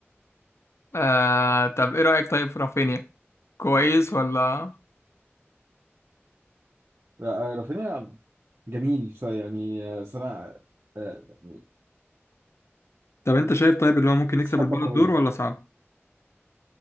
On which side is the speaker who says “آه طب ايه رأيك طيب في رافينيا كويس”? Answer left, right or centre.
Left